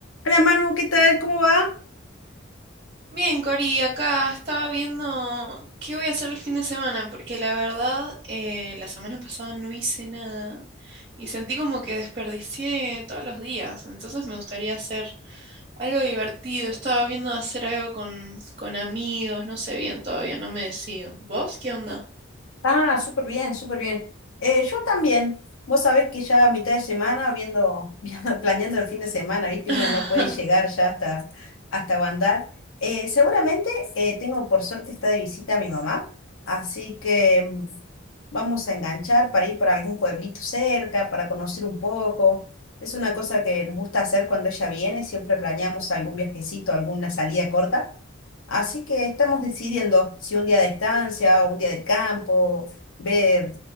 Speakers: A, on the left (about 80°); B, on the right (about 30°).
A: Hola Manu, ¿qué tal? ¿Cómo va?
B: Bien, Cori, acá estaba viendo qué voy a hacer el fin de semana, porque la verdad, eh, la semana pasada no hice nada y sentí como que desperdicié todos los días, entonces me gustaría hacer algo divertido, estaba viendo hacer algo con, con amigos, no sé bien todavía, no me decido. ¿Vos qué onda?
A: Ah, súper bien, súper bien. Eh, yo también. Vos sabés que ya a mitad de semana, viendo, <laughs> viendo- planeando el fin de semana, ¿viste?
B: <laughs>
A: Uno no puede llegar ya hasta, hasta Bandar. Eh, seguramente eh, tengo, por suerte, está de visita mi mamá. Así que mm, vamos a enganchar para ir para algún pueblito cerca, para conocer un poco. Es una cosa que nos gusta hacer cuando ella viene. Siempre planeamos algún viajecito, alguna salida corta. Así que estamos decidiendo si un día de estancia o un día de campo, ver